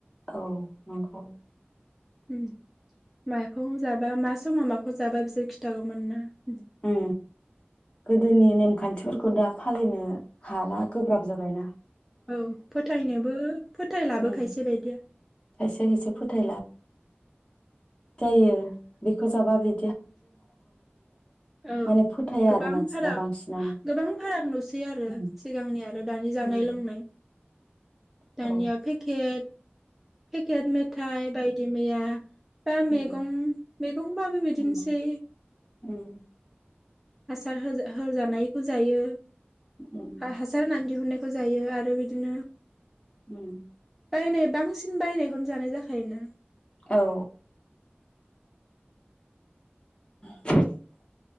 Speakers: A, on the left; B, in the centre.
A: औ नंगौ।
B: उम माखौ जाबा मा समाव माखौ जाबा बिसोर खिथागौमोन ना। उम
A: अ गोदोनि नेम खान्थिफोरखौ दा फालिनो हाला गोब्राब जाबाय ना।
B: औ फोथायनोबो फोथायलाबो
A: उम
B: खायसे बायदिया।
A: खायसे खायसे फोथायला जायो बेखौ जाबा बि
B: औ
A: माने फोथाया
B: गोबां
A: आरो मानसिफ्रा
B: फाराग
A: बांसिनानो
B: गोबां फाराग नुसै आरो
A: औ
B: सिगांनि आरो दानि जानाय
A: उम
B: लोंनाय।
A: औ
B: दानिया फेकेट फेकेट मेथाइ बाय दि मैया दा मेगं
A: उम
B: मेगंबाबो बिदिनोसै।
A: उम उम।
B: हासार होजा-होजानायखौ जायो।
A: उम
B: हासार होना दिहुननाय खौ जायो आरो बिदिनो
A: उम
B: बायनाय बांसिन बायनायखौनो जानाय जाखायोना।
A: औ <inaudible>